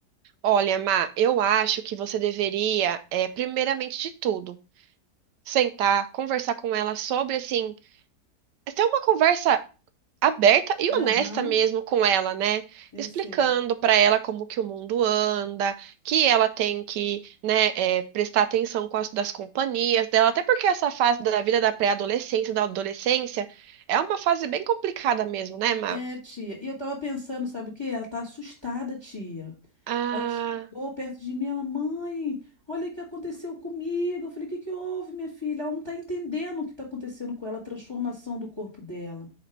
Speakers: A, on the right; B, on the left.
A: Olha, Má, eu acho que você deveria, é, primeiramente de tudo, sentar, conversar com ela sobre, assim, ter uma conversa aberta e
B: Aham,
A: honesta mesmo com ela, né?
B: eu
A: Explicando
B: sei.
A: para ela como que o mundo anda, que ela tem que, né, é, prestar atenção com as das companhias dela, até porque essa fase da vida da pré-adolescência, da adolescência, é uma fase bem complicada mesmo, né, Má?
B: É, tia. E eu tava pensando, sabe o quê? Ela tá assustada, tia.
A: Ah,
B: Ela chegou perto de mim, ela, mãe, olha o que aconteceu comigo. Eu falei, o que que houve, minha filha? Ela não está entendendo o que está acontecendo com ela, a transformação do corpo dela.